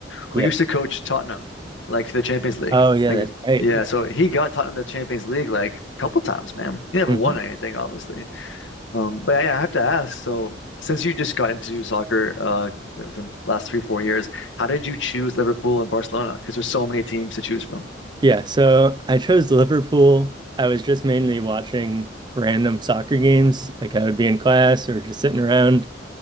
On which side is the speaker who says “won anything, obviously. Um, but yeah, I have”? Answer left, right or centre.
Left